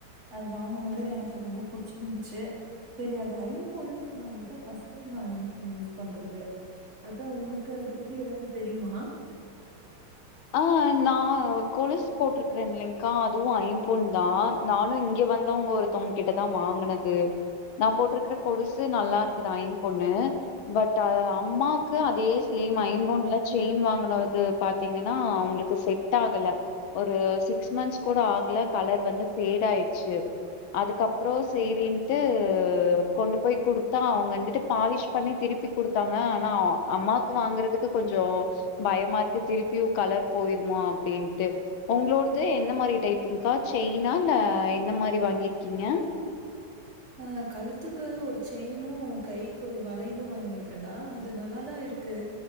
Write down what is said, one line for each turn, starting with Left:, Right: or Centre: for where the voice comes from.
Right: அது வாங்கும்போது எனக்கு ரொம்ப புடிச்சிருந்துச்சு செரி அது ஐம்பொன்னுன் சொன்னாங்க இதா ஃபரஸ்ட் டைம் நா ஐம்பொன்னு யூஸ் பண்றது அதா உனக்கு அத பத்தி எதாவ்து தெரியுமா
Left: ஆ நா கொலுசு போட்டுருக்றேன்லக்கா அதுவு ஐம்பொன் தா நானு இங்க வந்தவங்க ஒருத்தவங் கிட்டதா வாங்குனது நாப் போட்ருக்கற கொலுசு நல்லாருக்குதா ஐம்பொன்னு பட் அ அம்மாக்கு அதே சேம் ஐம்பொன்ல செயின் வாங்கனது பாத்தீங்கன் னா அவுங்ளுக்கு செட் ஆகல ஒரு சிக்ஸ் மந்த்ஸ் கூட ஆகல கலர் வந்து ஃபேடு ஆயிட்ச்சு அதுக்கப்றோ சேரின்ட்டு கொண்டு போய் குடுத் தா அவுங்க வந்துட்டு பாலிஷ் பண்ணி திருப்பி குடுத்தாங்க ஆனா அ அம்மாக் கு வாங்கறதுக்கு கொஞ்சோ பயமாருக்கு திருப்பியு கலர்ப் போயிருமா அப்டின்ட்டு உங்ளோடது எந்த மாரி டைப்புங்க்கா செயினா இல்ல எந்த மாரி வாங்கிருக்கீங்க
Right: அ கழுத்துக்கு ஒரு செயினு கைக்கு ஒரு வளையிலு வாங்கிருக்கேண்டா அது நல்லாதா இருக்கு